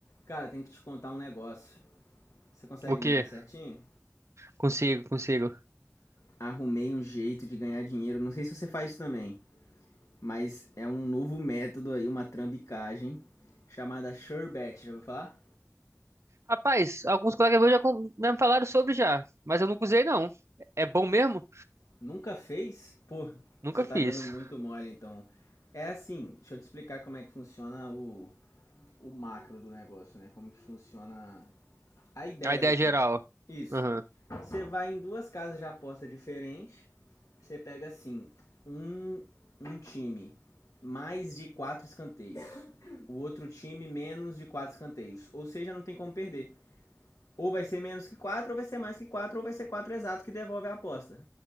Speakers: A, on the left; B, on the right.
A: Cara, tem que te contar um negócio. Você consegue
B: O quê?
A: me ouvir certinho?
B: Consigo, consigo.
A: Arrumei um jeito de ganhar dinheiro. Não sei se você faz também, mas é um novo método aí, uma trambicagem chamada SureBet. Já ouviu falar?
B: Rapaz, alguns colegas meus já con- já me falaram sobre já, mas eu nunca usei não. É bom mesmo?
A: Nunca fez? Pô,
B: Nunca
A: você tá
B: fiz.
A: dando muito mole então. É assim, deixa eu te explicar como é que funciona o, o macro do negócio, né? Como que funciona a ideia
B: A ideia
A: do trem.
B: geral.
A: Isso.
B: Aham.
A: Você vai em duas casas de aposta diferentes. Você pega assim, um, um time mais de quatro escanteios. O outro time menos de quatro escanteios. Ou seja, não tem como perder. Ou vai ser menos que quatro, ou vai ser mais que quatro, ou vai ser quatro exato que devolve a aposta.